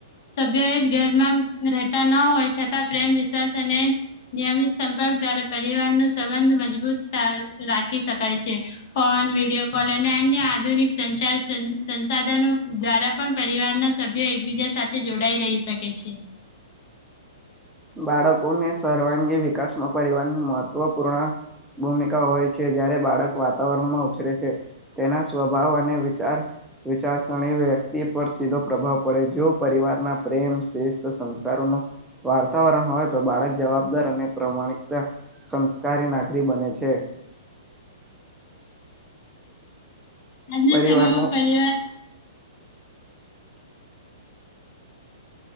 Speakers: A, on the left; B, in the centre.
A: સભ્યો એ જ ઘરમાં રહેતા ન હોય છતાં પ્રેમ વિશ્વાસ અને નિયમિત સંપર્ક દ્વારા પરિવાર ન સંબંધ મજબૂત રાખ ખી શકાય છે ફોન વિડીયો લ અને અન્ય આધુનિક સંચાર સંસાધનો દ્વારા પણ પરિવાર ના સભ્યો એકબીજા સાથે જોડાઈ રહી શકે છે.
B: બાળકોને સર્વાંગી વિકાસમાં પરિવારની મહત્વપૂર્ણ ભૂમિકા હોય છે જયારે બાળક વાતાવરણમાં ઉછરે છે તેના સ્વભાવ અને વિચાર વિચારસરણી વ્યક્તિ પર સીધો પ્રભાવ પડે જો પરિવારના પ્રેમ શિસ્ત સંસ્કારોનો વાર વાતાવરણ હોય તો બાળક જવાબદાર અને પ્રમાણિકતા સંસ્કારી નાગરી બને છે.
A: આજના
B: પરિવારનું
A: સમયમાં પહેલીવાર